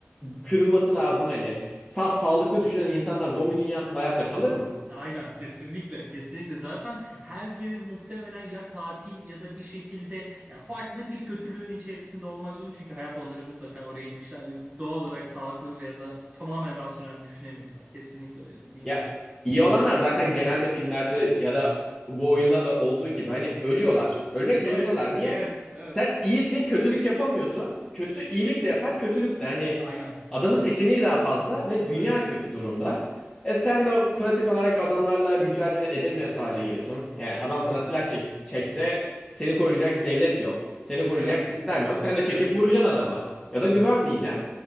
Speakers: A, in the centre; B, on the right (about 30°).
A: kırılması lazım hani. Saf sağlıklı düşünen insanlar zombi dünyasında hayatta kalır mı?
B: Aynen kesinlikle kesinlikle zaten her biri muhtemelen ya katil ya da bir şekilde ya farklı bir kötülüğün içerisinde olmak zorunda çünkü hayat onları mutlaka oraya itmişler ve doğal olarak sağlıklı veya da tamamen rasyonel düşünemiyorlar. Kesinlikle öyle dediğin
A: Ya
B: gibi.
A: iyi olanlar zaten genelde filmlerde ya da bu oyunda da olduğu gibi hani ölüyorlar. Ölmek zorundalar.
B: Evet,
A: Niye?
B: evet, evet.
A: Sen iyisin, kötülük yapamıyorsun. Kötü iyilik de yapar, kötülük de. Hani
B: Aynen.
A: adamın seçeneği daha fazla ve
B: Evet.
A: dünya kötü durumda. E sen de pratik olarak adamlarla mücadele edemez hale geliyorsun. Yani adam sana silah çek çekse seni koruyacak devlet yok. Seni koruyacak
B: Aynen.
A: sistem yok. Sen de çekip
B: Evet.
A: vuracaksın adama.
B: Aynen.
A: Ya da güvenmeyeceksin.